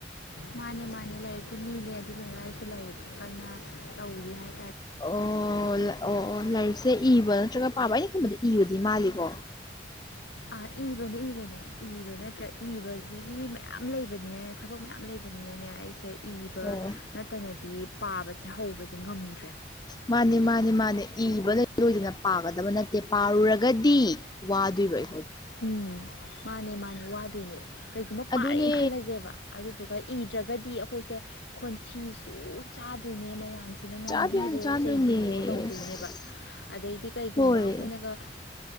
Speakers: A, on the left; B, on the left.
A: ꯃꯥꯅꯦ ꯃꯥꯅꯦ ꯂꯥꯏꯔꯤꯛꯀꯤ ꯃꯤꯅꯦ ꯑꯗꯨꯗꯨꯅ ꯑꯩꯁꯨ ꯂꯥꯏꯔꯤꯛ ꯀꯟꯅ ꯇꯧꯔꯤ ꯍꯥꯏ
B: ꯑꯣ ꯑꯣ ꯑꯣ ꯂ ꯁꯤꯗ ꯏꯕ ꯅꯠꯇ꯭ꯔꯒ ꯄꯥꯕ ꯑꯅꯤꯒꯨꯝꯕꯗ ꯏꯕꯗꯤ ꯃꯥꯜꯂꯤꯀꯣ
A: ꯑ ꯏꯕꯅꯦ ꯏꯕꯅꯦ ꯏꯕ ꯅꯠꯇ꯭ꯔ ꯏꯕꯁꯤꯒꯤ ꯃꯌꯥꯝ ꯂꯩꯕꯅꯤꯅꯅꯦ ꯊꯕꯛ ꯃꯌꯥꯝ ꯂꯩꯕꯅꯤꯅꯅꯦ ꯑꯩꯁꯦ ꯏꯕ
B: ꯑꯣ
A: ꯅꯠꯇꯅꯗꯤ ꯄꯥꯕꯁꯦ ꯍꯧꯕꯁꯦ ꯉꯝꯃꯦ
B: ꯃꯥꯅꯤ ꯃꯥꯅꯤ ꯃꯥꯅꯦ ꯏꯕ ꯂꯣꯏꯗꯅ ꯄꯥꯒꯗꯕ ꯅꯠꯇꯦ ꯠꯇꯦ ꯄꯥꯔꯨꯔꯒꯗꯤ ꯋꯥꯗꯣꯏꯔꯣꯏ
A: ꯎꯝ ꯃꯥꯅꯦ ꯃꯥꯅꯦ ꯋꯥꯗꯣꯏꯅꯦ ꯀꯩꯒꯨꯝꯕ ꯄꯥꯔꯦꯅ
B: ꯑꯗꯨꯅꯦ
A: ꯈꯜꯂꯁꯦꯕ ꯑꯗꯨꯗꯨꯒ ꯏꯗ꯭ꯔꯒꯗꯤ ꯑꯩꯈꯣꯏꯁꯦ ꯊꯤꯁꯨ ꯆꯥ ꯆ ꯇꯣꯏꯅꯦ ꯃꯌꯥꯝꯁꯤꯅ ꯉꯥꯡꯕꯤꯕꯣ
B: ꯆꯥꯗꯣꯏꯅꯦ ꯆꯥꯗꯣꯏꯅꯦ
A: ꯆꯩꯕꯤꯕꯣ ꯇꯧꯗꯣꯏꯅꯦꯕ
B: ꯑꯁ,
A: ꯑꯗꯩꯗꯤ ꯀꯩꯒꯨꯝꯕ
B: ꯍꯣꯏ
A: ꯑꯩꯈꯣꯏꯅ